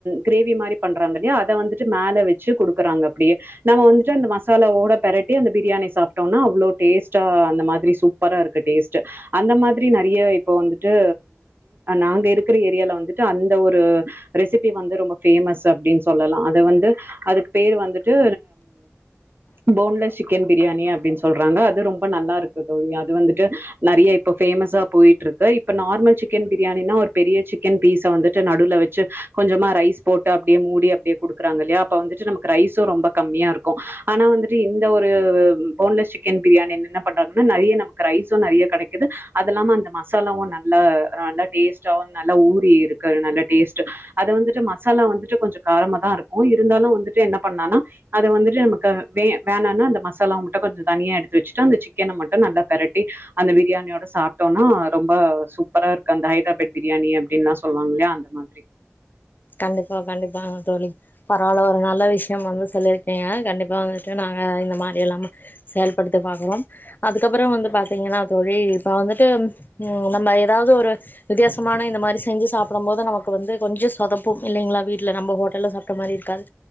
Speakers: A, on the right (about 50°); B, on the left (about 40°).
A: கிரேவி மாரி பண்ராங்கல்யா அத வந்துட் மேல வச்சு குடுக்குறாங்க அப்டியே நாம வந்துட்டு அந்த மசாலவோட பெரட்டி அந்த பிரியாணி சாப்ட்டோம்னா அவ்ளோ டேஸ்டா அந்த மாரி சூப்பரா இருக்கு டேஸ்டு அந்த மாதிரி நெறைய இப்ப வந்து நாங்க இருக்கிற ஏரியால வந்துட் அந்த ஒரு ரெசிபி வந்து ரொம்ப ஃபேமஸ் அப்டினு சொல்லலா அது வந்து அதுக்கு பேர் வந்துட்டு போன்லஸ் சிக்கன் பிரியாணி அப்டின்னு சொல்றாங்க அது ரொம்ப நல்லா இருக்கு அது வந்துட் நெறய இப்ப ஃபேமஸா போயிட்டு இருக்கு இப்ப நார்மல் சிக்கன் பிரியாணனா ஒரு பெரிய சிக்கன் பீஸ வந்துட்டு நடுல வச்சு கொஞ்சமா ரைஸ் போட்டு அப்டியே மூடி அப்டியே குடுக்கறாங்க இல்லியா அப்ப வந்துட்டு நமக்கு ரைஸும் ரொம்ப கம்மியா இருக்கு ஆனா வந்துட்டு இந்த ஒரு போன்லெஸ் சிக்கன் பிரியாணி என்ன பண்றாங்கனு நேரைய நமக் ரைஸும் நெறைய கெடைக்குது அது இல்லாம அந்த மசாலாவு நல்லா நல்ல டேஸ்டாவு நல்ல ஊரி இருக்கு நல்ல டேஸ்டு அதுவந்துட் மசாலா வந்துட் கொஞ்சோ காரமா தா இருக்கு இருந்தாலு வந்துட் என்ன பண்ணானா அது வந்துட்டு நமக்கு வே வேணானா அந்த மசாலமட்டோ கொஞ்சோ தனியா எடுத்து வச்சுட் அந்த சிக்க சிக்கன மட்டு நல்லா பெரட்டி அந்த பிரியாணியோட சாப்பிட்டோம்னா ரொம்ப சூப்பரா இருக்கு அந்த ஹைதராபாத் பிரியாணி அப்டின்லா சொல்லுவாங்கல்லையா அந்த மாதிரி
B: கண்டிப்பா கண்டிப்பா தோழி பரவாயில்ல ஒரு நல்ல விஷயோ வந்து சொல்லியிருக்கீங்க கண்டிப்பா வந்துட்டு நாங்க இந்த மாரி எல்லா சேல் பண்ணதுக்கு வாங்குவோ அதுக்கப்றம் வந்து பா பத்தீங்கன்னா தோழி இப்ப வந்து ட்டு நம்ம எதாவது ஒரு வித்தியாசமான இந்த மாரி செஞ்சு சாப்பிடு போது நமக்கு வந்து கொஞ்ச சுட்டு சொதப்பு இல்லைங்களா வீட்டுல நம்ம ஹோட்டல்ல சாப்ட்ட மாரி இருக்காது